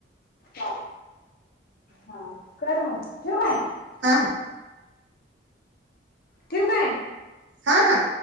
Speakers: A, on the left (about 55°); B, on the right (about 75°).
A: का? हा कर मग ठेवू काय?
B: हा हा..
A: ठेवू काय?
B: हा हा